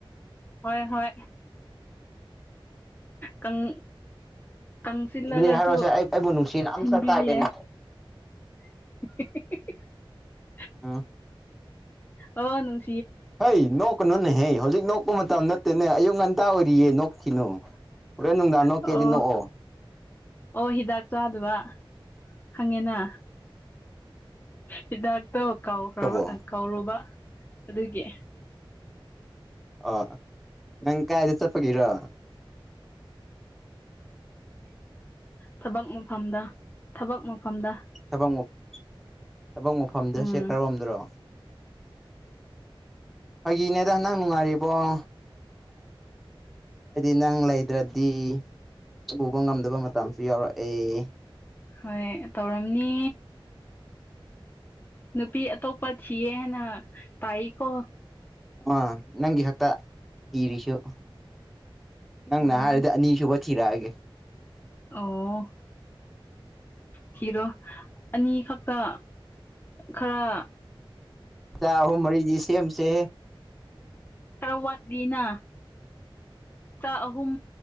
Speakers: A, on the left (about 20°); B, in the centre.
A: ꯍꯣꯏ ꯍꯣꯏ ꯀꯪ ꯀꯪꯁꯤꯜꯂꯒꯁꯨ
B: ꯑꯗꯨꯗꯤ ꯍꯥꯏꯔꯣꯁꯦ ꯑꯩ ꯑꯩꯕꯨ ꯅꯨꯡꯁꯤꯅ ꯑꯝꯇ
A: ꯊꯤꯟꯕꯤꯕ
B: ꯇꯥꯒꯦꯅꯦ
A: ꯌꯥꯏ <unintelligible>
B: ꯑꯥ
A: ꯑꯣ ꯅꯅꯨꯡ
B: ꯍꯩ ꯅꯣꯛꯀꯅꯨꯅꯦꯍꯦ ꯍꯧꯖꯤꯛ ꯅꯣꯛꯄ ꯃꯇꯝ ꯅꯠꯇꯦꯅꯦ ꯑꯌꯨꯛ ꯉꯟꯇꯥ ꯑꯣꯏꯔꯤꯌꯦ ꯅꯣꯛꯈꯤꯅꯨ ꯄꯨꯔꯦ ꯅꯨꯡꯗꯥꯅꯣ
A: ꯑꯣ
B: ꯀꯦꯖꯤ ꯅꯣꯛꯑꯣ
A: ꯑꯣ ꯍꯤꯗꯥꯛ ꯆꯥꯗꯕ ꯈꯪꯉꯦꯅ ꯍꯤꯗꯥꯛ ꯇ ꯀꯥꯎꯈ꯭ꯔꯕ
B: ꯈ꯭ꯔꯕꯣ
A: ꯀꯧꯔꯨꯕ ꯑꯗꯨꯒꯤ
B: ꯑ ꯅꯪ ꯀꯥꯏꯗ ꯆꯠꯄꯒꯤꯔꯣ
A: ꯊꯕꯛ ꯃꯐꯝꯗ ꯊꯕꯛ ꯃꯐꯝꯗ
B: ꯊꯕꯛꯐꯝ ꯊꯕꯛ ꯃꯐꯝꯗ
A: ꯎꯝ
B: ꯁꯦ ꯈꯔꯔꯣꯝꯗ꯭ꯔꯣ ꯐꯒꯤꯅꯦꯗ ꯅꯟ ꯅꯪ ꯅꯨꯡꯉꯥꯏꯔꯤꯕꯣ ꯑ ꯍꯥꯏꯗꯤ ꯅꯪ ꯂꯩꯗ꯭ꯔꯗꯤ ꯁꯨꯕꯥ ꯉꯝꯗꯕ ꯃꯇꯝꯁꯨ ꯌꯥꯎꯔꯛꯑꯦ
A: ꯍꯣꯏ ꯇꯧꯔꯝꯅꯤ ꯅꯨꯄꯤ ꯑꯇꯣꯞꯄ ꯊꯤꯌꯦ ꯍꯥꯏꯅ ꯇꯥꯏꯀꯣ
B: ꯑꯥ ꯅꯪꯒꯤ ꯈꯛꯇ ꯏꯔꯤꯁꯨ ꯅꯪꯅ
A: ꯎꯝ
B: ꯍꯥꯏꯔꯗꯤ ꯑꯅꯤꯁꯨꯕ ꯊꯤꯔꯛꯑꯒꯦ
A: ꯑꯣ ꯊꯤꯔꯣ ꯑꯅꯤ ꯈꯛꯇ ꯈꯔ
B: ꯆ ꯍꯨ ꯃꯔꯤꯗꯤꯁꯤ ꯑꯦꯝꯁꯦ
A: ꯈꯔ ꯋꯥꯠꯂꯤꯅ ꯏꯆꯥ ꯑꯍꯨꯝ